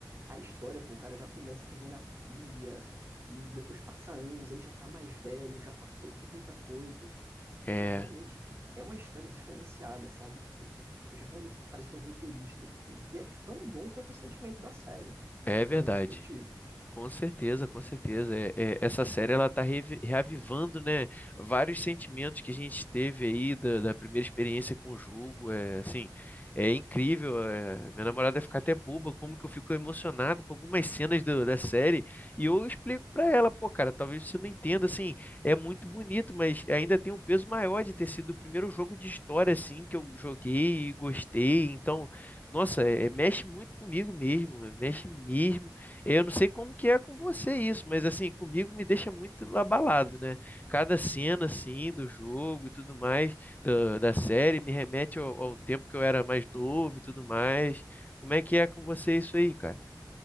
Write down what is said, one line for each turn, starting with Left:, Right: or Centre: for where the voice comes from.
Right: a história, pô, o cara já começa perdendo a filha, e depois passa anos, ele já tá mais velho, já passou por muita coisa. Assim,
Left: É,
Right: realmente é uma história diferenciada, sabe? Tipo, eu já realmente parece que foi um roteirista. tipo, e é tão bom quanto o sentimento da série,
Left: é verdade.
Right: pelo menos que eu tive.
Left: Com certeza, com certeza. É- é- essa série ela está reavivando, né, vários sentimentos que a gente teve aí da, da primeira experiência com o jogo. É assim, é incrível. é, minha namorada vai ficar até boba como que eu fico emocionado com algumas cenas do- da série. E eu explico para ela, pô, cara, talvez você não entenda, assim, é muito bonito, mas ainda tem um peso maior de ter sido o primeiro jogo de história assim que eu joguei e gostei. Então, nossa, é- mexe muito comigo mesmo, é, mexe mesmo. Eu não sei como que é com você isso, mas assim, comigo me deixa muito abalado, né? Cada cena, assim, do jogo e tudo mais, da da série, me remete ao, ao tempo que eu era mais novo e tudo mais. Como é que é com você isso aí, cara?